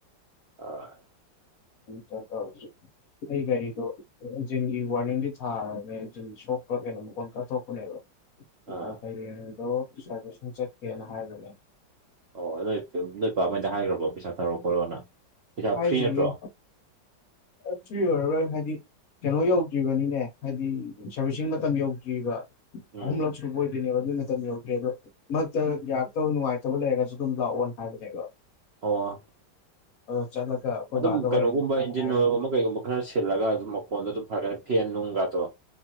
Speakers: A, on the right (about 70°); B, on the left (about 60°).
A: ꯑꯥ
B: ꯆ ꯇꯧꯔ ꯀ ꯀꯔꯤꯗꯣ ꯖꯤꯟꯒꯤ ꯋꯥꯔꯅꯤꯡꯗꯤ ꯊꯥꯔꯅꯦ ꯖꯤꯟ ꯁꯣꯛꯄ ꯀꯩꯅꯣ ꯃꯈꯣꯟ ꯀꯠꯊꯣꯛꯄꯅꯦꯕ
A: ꯑꯥ
B: ꯍꯌꯦꯡꯗꯣ ꯁꯥꯔꯇꯁꯟ ꯆꯠꯀꯦꯅ ꯍꯥꯏꯕꯅꯦ
A: ꯑꯣ ꯅꯣꯏ ꯅꯣꯏ ꯄꯥꯃꯗ ꯍꯥꯏꯈ꯭ꯔꯕꯣ ꯄꯩꯁꯥ ꯊꯥꯔꯣ ꯈꯣꯠꯂꯣꯅ ꯄꯩꯁꯥ
B: ꯍꯥꯏꯗ꯭ꯔꯤꯌꯦꯦ
A: ꯐ꯭ꯔꯤ ꯅꯠꯇ꯭ꯔꯣ
B: ꯑꯣꯏꯔꯣꯏ ꯍꯥꯏꯗꯤ ꯀꯩꯅꯣ ꯌꯧꯗ꯭ꯔꯤꯕꯅꯤꯅꯦ ꯍꯥꯏꯗꯤ ꯁꯥꯔꯚꯁꯤꯡ ꯃꯇꯝ ꯌꯧꯗ꯭ꯔꯤꯕ
A: ꯎꯝ
B: ꯑꯍꯨꯝꯂꯛ ꯁ ꯎꯕꯣꯣꯏ ꯇꯅꯤ ꯅ ꯌꯧꯗꯦ ꯑꯗꯣ ꯃꯔꯛꯇ ꯌꯥꯔꯛꯇꯕ ꯅꯨꯡꯉꯥꯏꯇꯕ ꯂꯩꯔꯒꯁꯨ ꯑꯗꯨꯝ ꯂꯥꯛꯑꯣ ꯍꯥꯏꯕꯅꯦꯕ
A: ꯑꯣ
B: <unintelligible> ꯑꯩꯈꯣꯏ
A: ꯑꯗꯨꯝ
B: ꯕꯥꯗ
A: ꯀꯩꯅꯣꯒꯨꯝꯕ
B: ꯍꯣꯔꯦꯟ ꯃꯥꯅ
A: ꯏꯟꯖꯤꯟ
B: ꯍꯥꯏꯔꯤꯕ
A: ꯑꯣꯏꯔꯒꯨꯝꯕ ꯀꯩꯒꯨꯝꯕ ꯈꯔ ꯁꯤꯜꯂꯒ ꯑꯗꯨꯝ ꯃꯈꯀꯣꯟꯗ ꯑꯗꯨꯝ ꯐꯔꯒꯅ ꯐꯦꯟ ꯅꯨꯡꯒꯗꯣ